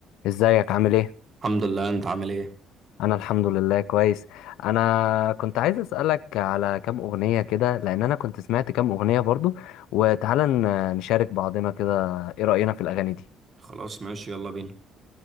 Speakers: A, on the left (about 85°); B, on the right (about 25°).
A: ازيك عامل ايه
B: الحمد لله انت عامل ايه
A: انا الحمد لله كويس انا كنت عايز اسالك على كام اغنيه كده لان انا كنت سمعت كام اغنيه برضو وتعالى ن- نشارك بعضنا كده ايه راينا في الاغاني دي
B: خلاص ماشي يلا بينا